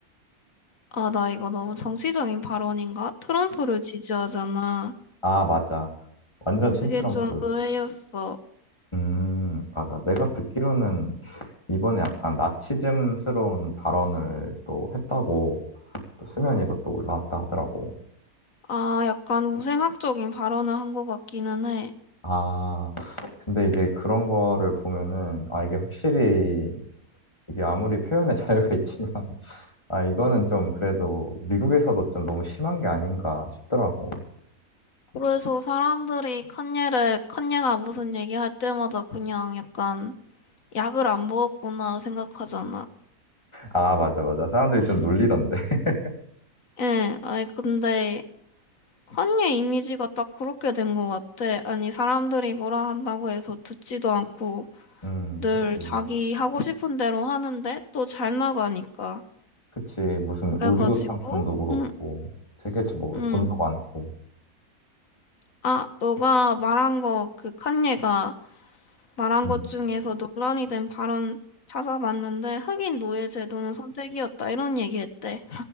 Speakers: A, on the left (about 60°); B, on the left (about 20°).
A: 아, 나 이거 너무 정치적인 발언인가? 트럼프를 지지하잖아.
B: 아, 맞아. 완전 친트럼프.
A: 그게 좀 의외였어.
B: 음, 맞아. 내가 듣기로는 이번에 약간 나치즘스러운 발언을 또 했다고 또 수면위로 또 올라왔다 하더라고.
A: 아, 약간 우생학적인 발언을 한 것 같기는 해.
B: 아, 근데 이제 그런 거를 보면은, 아, 이게 확실히, 이게 아무리 표현의 자유가 있지만, <laughs> 아, 이거는 좀 그래도 미국에서도 좀 너무 심한 게 아닌가 싶더라고.
A: 그래서 사람들이 칸예를, 칸예가 무슨 얘기할 때마다 그냥 약간 약을 안 먹었구나 생각하잖아.
B: 아, 맞아, 맞아. 사람들이 좀 놀리던데. <laughs>
A: 예, 아니, 근데 칸예 이미지가 딱 그렇게 된 것 같아. 아니, 사람들이 뭐라 한다고 해서 듣지도 않고
B: 음,
A: 늘
B: 그치.
A: 자기 하고 싶은 대로 하는데 또 잘 나가니까.
B: 그치. 무슨
A: 그래가지고,
B: 의류 상품도 그렇고,
A: 응,
B: 되게 뭐,
A: 응.
B: 돈도 많고.
A: 아, 너가 말한 거 그 칸예가 말한
B: 음.
A: 것 중에서 논란이 된 발언 찾아봤는데 흑인 노예 제도는 선택이었다 이런 얘기했대.